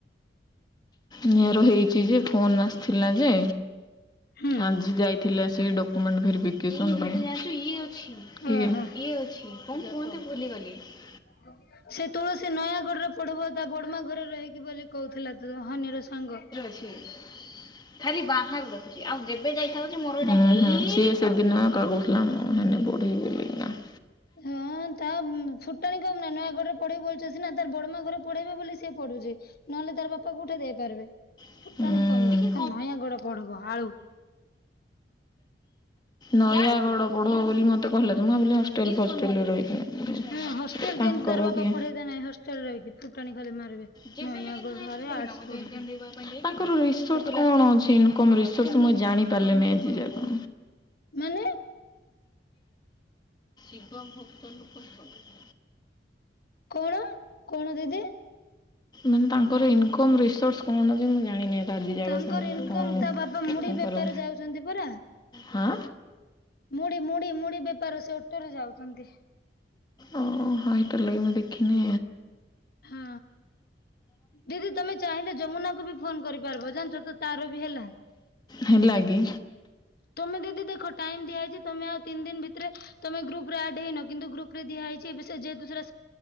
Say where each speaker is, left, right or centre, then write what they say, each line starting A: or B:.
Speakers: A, on the left; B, on the left.
A: ନିଆର ହେଇଛି ଯେ ଫୋନ୍ ଆସିଥିଲା ଯେ
B: ହୁଁ।
A: ଆଜି ଯାଇଥିଲା ସେ ଡକ୍ <inaudible> <unintelligible>
B: ଓହୋ ହଁ ସେ ତୁଳସୀ ନୟାଗଡରେ ପଢିବ ତା ବଡମା ଘରେ ରହିକି ବୋଲି କହୁଥିଲା ତ ହନୀର ସାଙ୍ଗ।
A: ଛି <unintelligible> <unintelligible>
B: ହଁ ତା ବୁ ଫୁଟାଣି କାଢ଼ ନା ନୟାଗଡରେ ପଢେଇ ଭଲ ସେ ସିନା ତାର ବଡମା ଘରେ ପଢେଇବେ ବୋଲି ସେ ପଢୁଛି ନହେଲେ ତାର ବାପା କୋଉଠେ ଦେଇପାରିବେ।
A: ଟିକେ
B: ଫୁଟାଣି କମ ନାହିଁ
A: ଉଁ,
B: ହ ନୟାଗଡ ପଢ଼ବ ଆଳୁ।
A: ନୟାଗଡ ପଢବ ବୋଲି ମତେ ତ ମୁଁ ଭାବିଲ ହଷ୍ଟେଲ ଫଷ୍ଟେଲରେ ରହିକିନା। ପଢ଼ିବ।
B: ହଁ ହଷ୍ଟେଲ
A: ତାଙ୍କର
B: କେମିତି ତାର ବାପା
A: କିଏ
B: ପଢେଇଲେ ନାହିଁ ହଷ୍ଟେଲ ରହିକି ଫୁଟାଣି ଖାଲି ମାରିବେ।
A: ତାଙ୍କର
B: ନୟାଗଡରେ ଆର୍ଟସ ପଢିଯିବ
A: ରିସର୍ଷ
B: ସେ
A: କଣ ଅଛି। କଣ ରିସର୍ଚ୍ଚ ମୁଁ ଜାଣିପାରିଲିନି ଆଜି ଯାକ।
B: ମାନେ
A: <unintelligible>
B: କଣ କଣ ଦିଦି
A: ମାନେ ତାଙ୍କର ଇନକମ୍ ରିସୋର୍ସ କଣ ଯେମି ଜାଣିନେ ତ ଆଜି ଯାକ
B: ତାଙ୍କର
A: ସେମାନେ
B: ଇନକମ
A: କଣ
B: ତା ବାପା ମୁଢି
A: ତାଙ୍କର
B: ବେପାର ଯାଉଛନ୍ତି ପରା
A: ହଁ।
B: ମୁଢି ମୁଢି ମୁଢି ବେପାର ସେ ଓଟୋରେ ଯାଉଚନ୍ତି।
A: ଓ ହଉ ତାଲେ ମୁଁ ଦେଖିନି।
B: ହଁ ଦିଦି ତମେ ଚାହିଁଲେ ଯମୁନା କୁ ବି ଫୋନ କରିପାରିବ ଜାଣିଛ ତ ତାର ବି ହେଲା।
A: ହେଲାଗି।
B: ତମେ ଦିଦି ଦେଖ ଟାଇମ୍ ଦିଆହେଇଚି ତମେ ଆଉ ତିନି ଦିନ ଭିତରେ ତମେ ଗ୍ରୁପରେ ଆଡ ହେଇନ କିନ୍ତୁ ଗ୍ରୁପ୍ ରେ ଦିଆହେଇଚି ଏବେ ସେ ଯେହେତୁ ସେରା